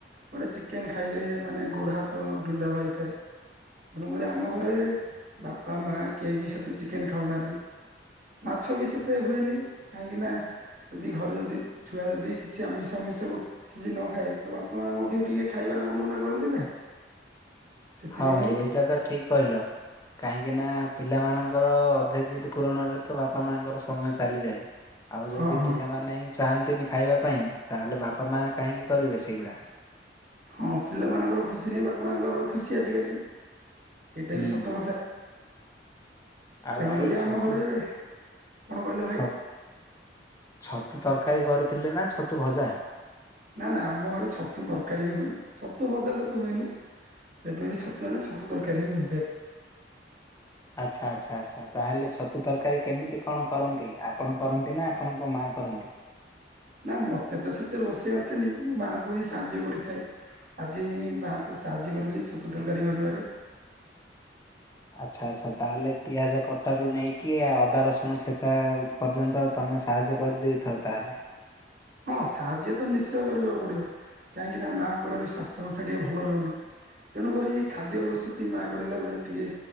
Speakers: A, on the right; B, on the left.
A: ଗୋଟେ ଚିକେନ ଖାଇଲେ ମାନେ ଗୋଡ ହାତ ବିନ୍ଧା ବାହାରିଥାଏ। ତେଣୁକରି ଆମ ଘରେ ବାପା ମା କେହି ବି ସେତେ ଚିକେନ ଖାଉନାହାନ୍ତି। ମାଛ ବି ସେତେ ହୁଏନି କାହିଁକି ନା ଯଦି ଘରେ ଯଦି ଛୁଆ ଯଦି କିଛି ଆମିଷ ହାମିଷ କିଛି ନ ଖାଇବେ ତ ବାପା ମା ମଧ୍ୟ ଟିକେ ଖାଇବାରେ ମନ ଉଣା କରନ୍ତି ନା? ସେଥିପାଇଁ
B: ହଁ ଭାଇ ଏଇଟା ତ ଠିକ କହିଲ। କାହିଁକି ନା ପିଲାମାନଙ୍କ ମୋର ଅଧା ଜିଦ ପୂରଣରେ ତ ବାପା ମାଆଙ୍କର ସମୟ ଚାଲିଯାଏ। ଆଉ
A: ହଁ
B: ଯଦି
A: ହଁ
B: ପିଲାମାନେ ହିଁ ଚାହା ନ୍ତିନି ଖାଇବା ପାଇଁ ତାହେଲେ ବାପା ମା କାହିଁକି କରିବେ ସେଇଗୁଡା?
A: ହଁ ପିଲାମାନଙ୍କର ଖୁସିରେ ହିଁ ବାପା ମାଙ୍କର ଖୁସି ଆଜିକାଲି। ଏଇଟା
B: ହୁଁ
A: ବି ସତ କଥା।
B: ଆଉ
A: ତେଣୁକରି
B: ଭାଇ
A: ଆମ
B: ଛତୁ
A: ଘରେ କଣ କହିଲେ ଭାଇ?
B: ଛ ଛତୁ ତରକାରୀ କରି ଥିଲେ ନା ଛତୁ ଭଜା?
A: ନା ନା ଆମ ଘରେ ଛତୁ ତରକାରୀ ହିଁ ହୁଏ। ଛତୁ ଭଜା ସେତେ ହୁଏନି। ଯେବେବି ଛତୁ ଆଣେ ଛତୁ ତରକାରୀ ହିଁ ହୋଇଥାଏ।
B: ଆଚ୍ଛା ଆଚ୍ଛା ଆଚ୍ଛା। ତାହେଲେ ଛତୁ ତରକାରୀ କେମିତି କଣ କରନ୍ତି? ଆପଣ କରନ୍ତି ନା ଆପଣଙ୍କ ମାଆ କରନ୍ତି?
A: ନାଇଁ ମତେ ତ ସେତେ ରୋଷେଇ ଆସେନି ମୁଁ ମାଙ୍କୁ ହିଁ ସାହାଯ୍ୟ କରିଥାଏ। ଆଜି ମାଙ୍କୁ ସାହାଯ୍ୟ କରିଲି ଛତୁ ତରକାରୀ କରିବାରେ।
B: ଆଚ୍ଛା ଆଚ୍ଛା ତାହେଲେ ପିଆଜ କଟାରୁ ନେଇକି ଅଦା, ରସୁଣ ଛେଚା ପର୍ଯ୍ୟନ୍ତ ତମେ ସାହାଯ୍ୟ କରିଦେଇଥାଅ ତାହେଲେ?
A: ହଁ ସାହାଯ୍ୟ ତ ନିଶ୍ଚୟ କରିବାକୁ ପଡିବ। କାହିଁକି ନା ମାଆଙ୍କର ବି ସ୍ୱାସ୍ଥ୍ୟବସ୍ଥା ଟିକେ ଭଲ ରହୁନି। ତେଣୁକରି ଖାଦ୍ୟ ପ୍ରସୁତି ମାଆ କରିଲା ବେଳେ ଟିକେ